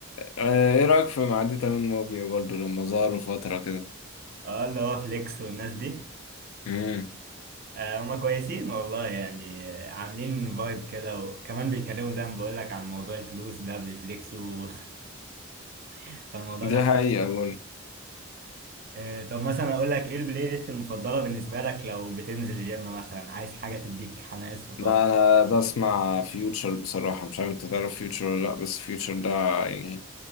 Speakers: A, on the left; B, on the right.
A: آه، ايه رأيك في معدي تمام موفي برضه لما ظهروا فترة كده
B: آه، اللي هو فليكس والناس دي
A: امم
B: آه، هما كويسين والله يعني آه، عاملين فايب كده وكمان بيتكلموا زي ما بقول لك عن موضوع الفلوس ده بيفليكسوا <laughs> فالموضوع
A: دي
B: ده
A: حقيقة برضه
B: آه، طب مثلا اقول لك ايه البلاي ليست المفضله بالنسبه لك لو بتنزل جيم مثلا عايز حاجه تديك حماس وطاقه
A: لا انا بسمع فيوتشر بصراحة مش عارف انت تعرف فيوتشر ولا لا بس فيوتشر ده يعني